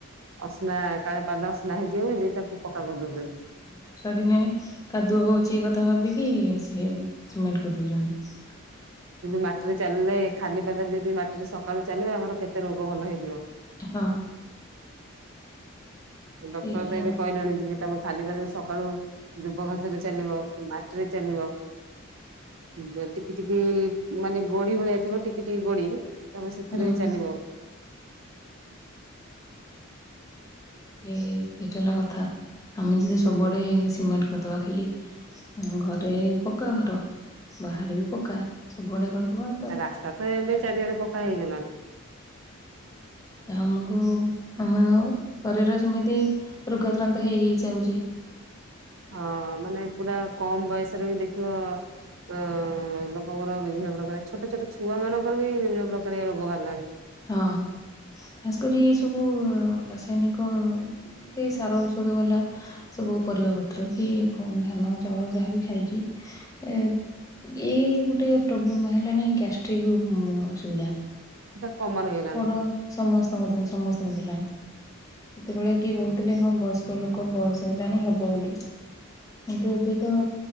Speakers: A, on the right; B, on the left.
A: ଅସନା କାଳେ ପାଦ ଅସନା ହେଇଯିବ ବୋଲି, ତାକୁ ପକ୍କା କରି ଦଉଛନ୍ତି।
B: ବର୍ଷା ଦିନେ କାଦୁଅ ହଉଛି କଥା ଭାବିକି ସିଏ ସିମେଣ୍ଟ କରିଦଉଛନ୍ତି।
A: ଯଦି ମାଟିରେ ଚାଲିଲେ ଖାଲି ପାଦରେ ଯଦି ମାଟିରେ ସକାଳୁ ଚାଲିବ ଆମର କେତେ ରୋଗ ଭଲ ହେଇଯିବ।
B: ହଁ।
A: ଡକ୍ଟରର
B: ସେଇଟା ହେଲା
A: ତ ଏବେ
B: କଥା
A: କହିଲାଣି ଯେ ତମେ ଖାଲି ପାଦେରେ ସକାଳୁ ଦୁବ ଘାସେରେ ଚାଲିବ ମାଟିରେ ଚାଲିବ ବେ ଟିକି ଟିକି ଉ ମ ମାନେ ଗୋଡି ଭଳିଆ ଥିବ ଟିକି ଟିକି ଗୋଡି ତମେ ସେଥେରେ
B: ହୁଁ
A: ବି ଚାଲିବ।
B: ଏ ଏଇଟା ହେଲା କଥା ଆମେ ଯଦି
A: ହୁଁ
B: ସବୁଆଡେ ସିମେଣ୍ଟ କରଦବା ଖାଲି ହଁ ଘରେ ପକା ଘର ବାହାରେ ବି ପକା ସବୁଆଡେ କରଦବା
A: ରାସ୍ତା ତ ଏବେ ଚାରିଆଡେ ପକା ହେଇଗଲାଣି।
B: ଆମୁକୁ ଆମେ ଆଉ ଶରୀର ସେମିତି ରୋଗାକ୍ରାନ୍ତ ହେଇ ହେଇ ଯାଉଚି।
A: ହଁ ମାନେ ପୁରା କମ୍ ବୟସରେ ବି ଦେଖିବ ଅଁ ଏଁ ଲୋକଙ୍କର ବିଭିନ୍ନ ପ୍ରକାରେ ଛୋଟ ଛୋଟ ଛୁଆ ମାନଙ୍କର ବି ବିଭିନ୍ନ ପ୍ରକାରିଆ ରୋଗ ଭାରିଲାଣି।
B: ହଁ। ଖାସ୍ କରି ଏ ସବୁ ରାସାୟନିକ ଏତେ ସାର ଔଷଧ ଵାଲା ସବୁ ପରିବା ପତ୍ର କି ଫୁଁ ଧାନ ଚାଉଳ ଯାହା ବି ଖାଇକି ହେ ଏ ଏଇ ଗୋଟେ ପ୍ରୋବ୍ଲେମ ବାହାରିଲାନି ଗ୍ୟାଷ୍ଟ୍ରିକ ଉଁ ଅସୁବିଧା।
A: ସେଟା କମନ ହେଇଗଲାଣି।
B: ହୁଁ ସମସ୍ତଙ୍କଠୁ ସମସ୍ତଙ୍କୁ ହେଲାଣି। ସେତେବେଳେ କିଏ କହୁଥିଲେ ହଁ ବୟସ୍କ ଲୋକ ବୟସ ହେଲାଣି ହବ ବୋଲି। କିନ୍ତୁ ଏବେ ତ